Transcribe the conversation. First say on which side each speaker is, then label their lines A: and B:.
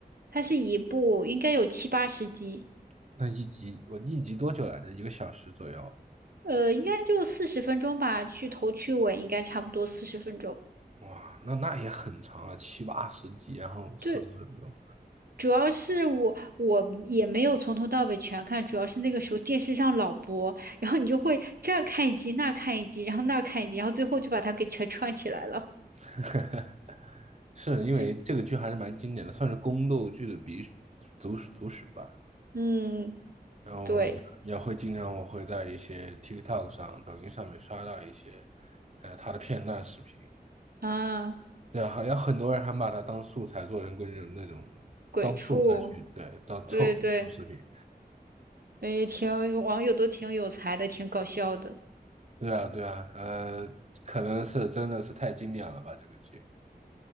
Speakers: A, on the right (about 65°); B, on the right (about 45°).
A: 它是一部应该有七八十集，
B: 那一集我一集多久来着？一个小时左右。
A: 呃，应该就四十分钟吧，去头去尾应该差不多四十分钟。
B: 哇，那那也很长了，七八十集，然后四十分钟。
A: 对主要是我我也没有从头到尾全看，主要是那个时候电视上老播，然后你就会这儿看一集，那儿看一集，然后那儿看一集，然后最后就把它给全串起来了。
B: <laughs> 是因为这个剧还是蛮经典的，
A: <laughs> 就
B: 算是宫斗剧的鼻祖祖史吧。
A: 嗯，
B: 然后也也会经常我会在一些
A: 对
B: TikTok 上、抖音上面刷到一些，呃，他的片段视频。
A: 啊，
B: 对，好像很多人还把它当素材做成过那种那种
A: 鬼畜，
B: 当素材去，对，当凑合做视频。
A: 对对，也挺网友都挺有才的，挺搞笑的。
B: 对啊，对啊，呃，可能是真的是太经典了吧，这个剧。